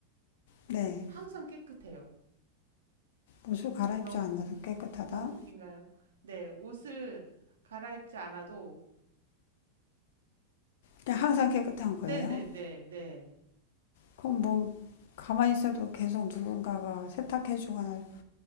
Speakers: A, on the left (about 55°); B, on the right (about 65°).
A: 네.
B: 항상 깨끗해요.
A: 옷을 갈아입지
B: 너무,
A: 않아도 깨끗하다.
B: 너무 웃긴가요? 네, 옷을 갈아입지 않아도,
A: 그냥 항상 깨끗한 거예요.
B: 네네네네.
A: 그럼 뭐 가만히 있어도 계속 누군가가 세탁해주거나